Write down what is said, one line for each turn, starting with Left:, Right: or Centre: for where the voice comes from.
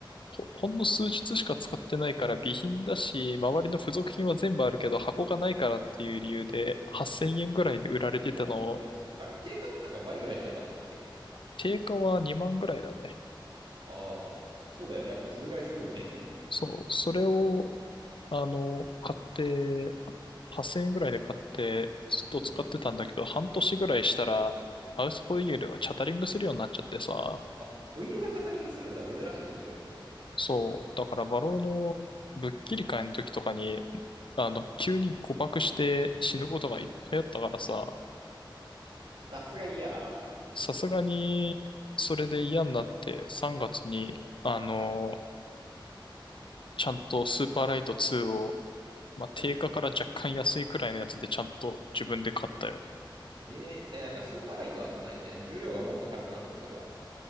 Left: ほ、ほんの数日しか使ってないから備品だし、周りの付属品は全部あるけど箱がないからっていう理由で8000円ぐらいで売られてたのを、
Right: お、いや、すあれ、定価ってなんか倍ぐらいしなかったっけ
Left: 定価は2万ぐらいだね。
Right: ああー、そうだよね。やっぱそれぐらいするよね。
Left: そう、それを、あの、買って、8000円ぐらいで買って、ずっと使ってたんだけど、
Right: <laughs> うん。
Left: 半年ぐらいしたら、マウスホイールがチャタリングするようになっちゃってさ、
Right: あ、ホイールがチャタリングするんだ。珍しいね、それはちょっと。
Left: そう、だからバローのぶっきり会の時とかに、あの、急に誤爆して死ぬことがいっぱいあったからさ、
Right: さすがに嫌だ。
Left: さすがに、それで嫌になって3月に、あの、ちゃんとスーパーライト2を、まあ、定価から若干安いくらいのやつでちゃんと自分で買ったよ。
Right: えー、え、なんかスーパーライトはさ、何、何重量がもっと軽くなるのそれは。